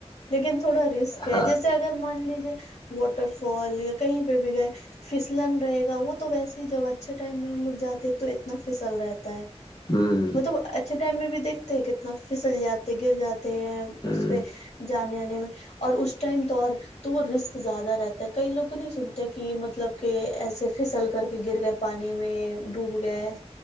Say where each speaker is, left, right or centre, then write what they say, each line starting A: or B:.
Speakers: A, on the left; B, on the left.
A: لیکن تھوڑا رسک ہے
B: ہاں
A: جیسے اگر مان لیجیے واٹر فال یا کہیں پہ بھی گئے پھسلن رہے گا وہ تو ویسے ہی جب اچھے ٹائم میں ہم لوگ جاتے ہیں تو اتنا فھسل رہتا ہے
B: ہوں
A: مطلب اچھے ٹائم میں بھی دیکھتے ہیں کتنا پھسل جاتے گر جاتے ہیں
B: ہوں
A: اس پہ جانے آنے میں اور اس ٹائم تو اور تو وہ رسک زیادہ رہتا ہے کئی لوگ نہیں سنتے کہ مطلب کہ ایسے پھسل کر کے گر گئے پانی میں ڈوب گئے